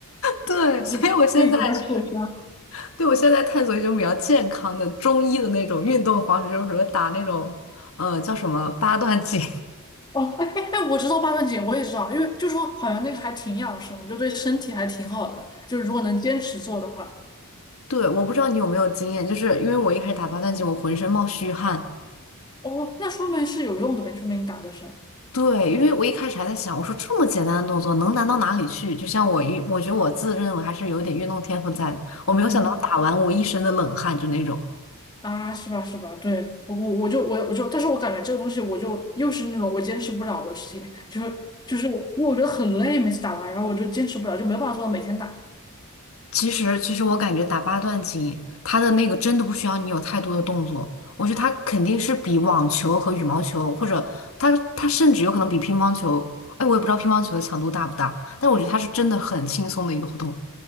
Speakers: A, on the left; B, on the left.
A: 对，
B: <laughs>
A: 所以我现在是，
B: 一直一直在受伤。
A: 对，我现在探索一种比较健康的中医的那种运动方式，就是什么打那种，呃，叫什么八段锦。
B: 哦，哎哎哎，我知道八段锦，我也知道，因为就说好像那个还挺养生的就对身体还挺好的，就是如果能坚持做的话。
A: <laughs> 对，我不知道你有没有经验，就是因为我一开始打八段锦，我浑身冒虚汗。
B: 哦，那说明是有用的呗，说明你打的是，
A: 对，因为我一开始还在想，我说这么简单的动作能难到哪里去？就像我一，我觉得我自认为还是有点运动天赋在的，我没有想到打完我一身的冷汗，
B: 嗯，
A: 就那种。
B: 啊，是吧？是吧？对，我我我就我我就，但是我感觉这个东西我就又是那种我坚持不了的事情，就是就是我因为我觉得很累，每次打完，然后我就坚持不了，就没有办法做到每天打。
A: 其实，其实我感觉打八段锦，它的那个真的不需要你有太多的动作。我觉得它肯定是比网球和羽毛球，或者它它甚至有可能比乒乓球。哎，我也不知道乒乓球的强度大不大，但我觉得它是真的很轻松的一个活动。